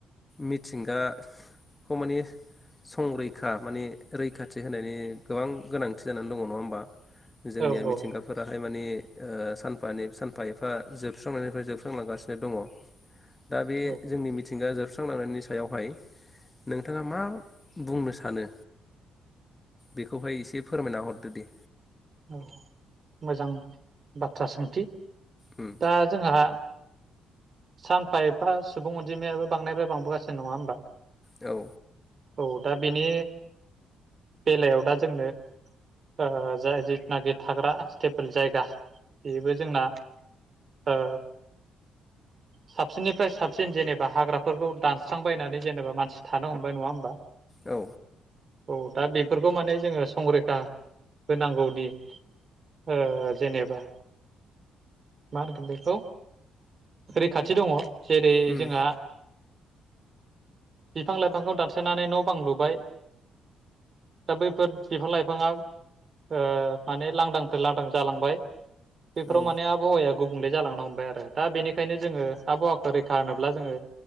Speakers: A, on the left (about 20°); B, on the right (about 45°).
A: मिथिंगाखौ माने संरैखा माने रैखाथि होनायनि गोबां गोनांथि जानानै दङ नङा होमबा जोंनिया
B: औ
A: मिथिंगाफोराहाय
B: औ
A: माने ओ सानफानि सानफा एफा जोबस्रांनायनिफ्राय जोबां लांगासिनो दङ दा बे
B: औ
A: जोंनि मिथि मिथिंगा जोबस्रांलांनायनि सायावहाय नोंथाङा मा बुंनो सानो बेखौहाय एसे फोरमायना हरदो दे
B: औ मोजां बाथ्रा सोंथि
A: उम
B: दा जोंहा सानफा एफा सुबुं अनजिमायाबो बांनायफ्राय बांबोगासिनो नङा होमबा
A: औ
B: औ दा बेनि बेलायाव दा जोंनो ओ जाय नाखि थाग्रा स्टेपोल जायगा बेबो जोंना ओ साबसिननिफ्राय साबसिन जेनेबा हाग्राफोरखौ दानस्रांबायनानै जेनेबा मानसि थानो हमबाय नङा होमबा
A: औ
B: औ दा बेफोरखौ माने जोङो संरैखा होनांगौनि ओ जेनेबा मा होनगोन बेखौ रैखाथि दङ जेरै
A: उम
B: जोंहा बिफां लाइफांखौ दानस्रायनानै न' बां लुबाय दा बैफोर बिफां लाइफाङा ओ माने लांदांनिफ्राय लांदां जालांबाय बेफोराव
A: औ
B: माने आबहावाया गुबुंले जालांनो हमबाय आरो दा बेनिखायनो जोङो आबहावाखौ रैखा होनोब्ला जोङो